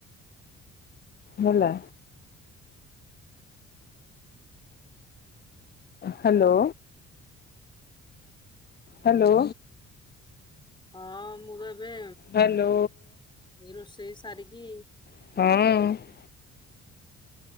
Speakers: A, on the left; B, on the left.
A: ହେଲା। ହାଲୋ। ହାଲୋ।
B: ହଁ ମୁଁ ଭାବେ
A: ହାଲୋ।
B: ଏଇ ରୋଷେଇ ସାରିକି
A: ହଁ।